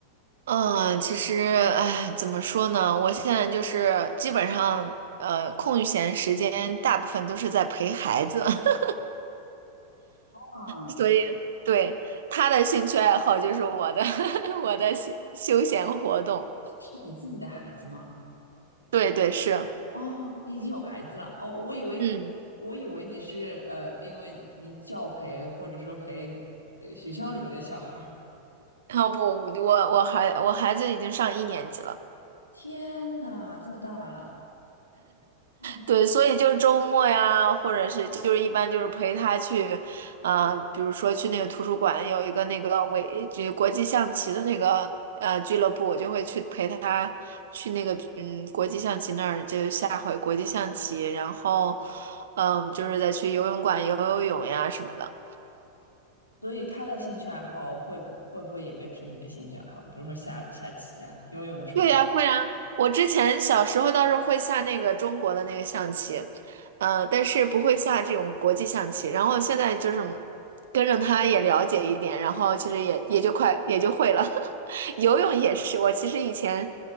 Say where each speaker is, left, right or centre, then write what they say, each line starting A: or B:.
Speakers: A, on the right; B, on the left.
A: 嗯，其实，哎，怎么说呢？我现在就是基本上，呃，空闲时间大部分都是在陪孩子。<laughs>
B: 嗯，
A: 所以对他的兴趣爱好就是我的 <laughs> 我的休休闲活动。
B: 是你自己的孩子吗？
A: 对对是，
B: 哦，你已经有孩子了。哦，我以为
A: 嗯，
B: 我以为你是呃，因为你教培或者说陪呃学校里面的小孩儿。
A: 然后不，我我孩我孩子已经上一年级了。
B: 天呐，这么大了。嗯，
A: 对，所以就是周末呀，或者是就是一般就是陪他去，呃，比如说去那个图书馆有一个那个围这国际象棋的那个呃俱乐部，我就会去陪他去那个嗯国际象棋那儿，就是下会国际象棋，然后嗯就是再去游泳馆游游泳呀什么的。
B: 所以他的兴趣爱好会会不会也变成你的兴趣爱好？比如说下下棋啊、游泳什么的。
A: 对呀，会啊。我之前小时候倒是会下那个中国的那个象棋，呃，但是不会下这种国际象棋。然后现在就是跟着他也了解一点，然后其实也也就快也就会了。<laughs> 游泳也是，我其实以前，